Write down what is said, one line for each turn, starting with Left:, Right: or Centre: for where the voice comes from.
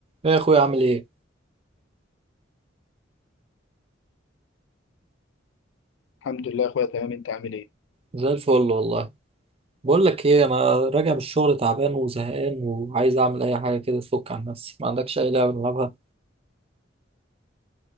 Right: ايه يا اخويا عامل ايه
Left: الحمد لله يا اخويا تمام انت عامل ايه
Right: زي الفل والله بقول لك ايه انا راجع من الشغل تعبان وزهقان وعايز اعمل اي حاجه كده تفك عن نفسي ما عندكش اي لعبه نلعبها